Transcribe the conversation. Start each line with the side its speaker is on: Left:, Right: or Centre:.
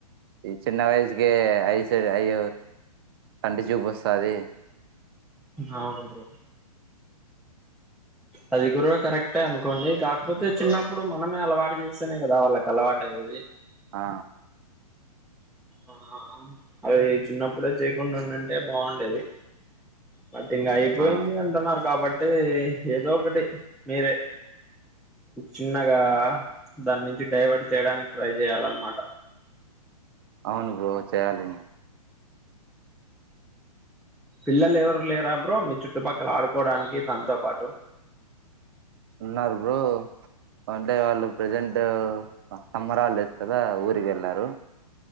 Right: ఈ చిన్న వయసు కే ఐస అయ కంటిచుపస్తది
Centre: అవును బ్రో అది గుడ కరెక్టే అనుకోండి కాకపోతే చిన్నప్పుడు మనమే అలవాటు చేస్తేనే కదా వాళ్ళకి అలవాటు అయ్యేది
Right: ఆ
Centre: ఆ అది చిన్నప్పుడే చేయకుండా ఉండ అంటే బాగుండేది బట్టి ఇం అయిపోయింది
Right: ఆ
Centre: అంటున్నారు కాబట్టి అ <unintelligible> ఏదో ఒకటి మీరే చిన్నగా దాని నుంచి డైవర్ట్ చేయడానికి ట్రై చేయాలన్నమాట
Right: అవును బ్రో చేయాలి
Centre: పిల్లలు ఎవరు లేరా బ్రో మీ చుట్టుపక్కల ఆడుకోవడానికి తాంతో పాటు
Right: ఉన్నారు బ్రో అంటే వాళ్ళు ప్రెజెంట్ సమ్మర్ హాలిడేస్ వస్తు కదా ఊరికి వెళ్ళారు